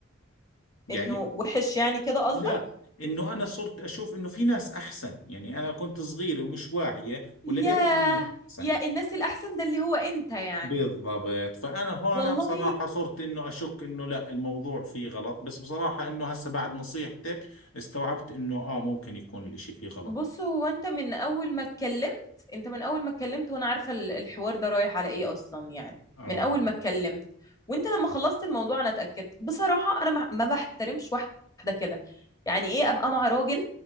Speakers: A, on the left (about 70°); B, on the left (about 15°).
A: يعني
B: انه وحش يعني كده قصدك
A: لا انه انا صرت اشوف انه في ناس احسن يعني انا كنت صغيرة ومش واعية
B: ياه
A: ولقيت انه ناس احسن
B: يا الناس الاحسن ده اللي هو انت يعني
A: بالضبط فانا هون
B: والله
A: بصراحة صرت انه اشك انه لا الموضوع فيه غلط بس بصراحة انه هسه بعد نصيحتك استوعبت انه اه ممكن يكون الاشي فيه غلط
B: بص هو انت من اول ما اتكلمت انت من اول ما اتكلمت وانا عارفه ال- الحوار ده رايح على ايه اصلا يعني
A: اه
B: من اول ما اتكلمت وانت لما خلصت الموضوع انا اتاكدت بصراحه انا ما ما بحترمش واحده كده يعني ايه ابقى مع راجل